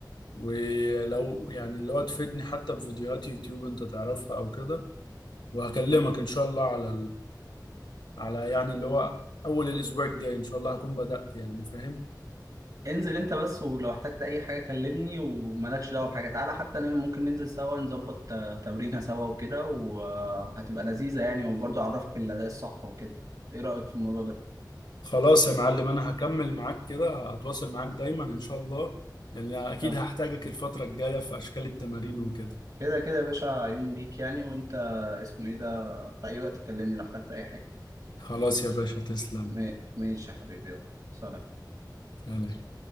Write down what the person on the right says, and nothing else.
انزل انت بس ولو احتجت اي حاجه كلمني ومالكش دعوه بحاجه تعالى حتى انا ممكن ننزل سوا نظبط آه، تمرينه سوا وكده وهتبقى لذيذه يعني وبرضه اعرفك الاداء الصح وكده ايه رايك في الموضوع ده
تمام
كده كده يا باشا عيوني ليك يعني وانت اسمه ايه ده في اي وقت كلمني لو احتجت اي حاجه
ما- ماشي يا حبيبي يلا سلام